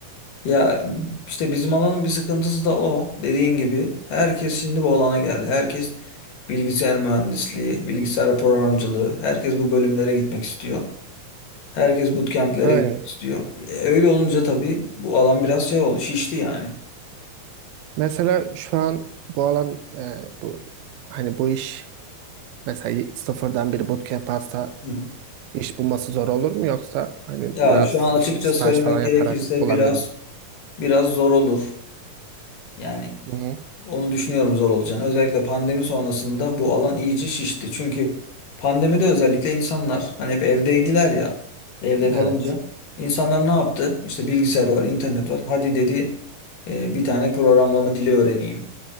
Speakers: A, on the left; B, on the right.
A: Ya işte bizim alanın bir sıkıntısı da o. Dediğin gibi herkes şimdi bu alana geldi. Herkes bilgisayar mühendisliği, bilgisayar programcılığı, herkes bu bölümlere gitmek istiyor. Herkes bootcamp'lere
B: Aynen.
A: gitmek istiyor. E, Öyle olunca tabii bu alan biraz şey oldu, şişti yani.
B: Mesela şu an bu alan e, bu hani bu iş Mesela sıfırdan bir bootcamp hasta
A: Hı hı.
B: iş bulması zor olur mu yoksa hani
A: Ya
B: biraz
A: şu an
B: işte
A: açıkça
B: staj
A: söylemek
B: falan
A: gerekirse
B: yaparak bulabilir
A: biraz
B: mi?
A: biraz zor olur. Yani
B: Hı-hı.
A: onu düşünüyorum zor olacağını. Özellikle pandemi sonrasında bu alan iyice şişti. Çünkü pandemide özellikle insanlar hani hep evdeydiler ya. Evde kalınca
B: Evet.
A: insanlar ne yaptı? İşte bilgisayar var, internet var. Hadi dedi e, bir tane programlama dili öğreneyim.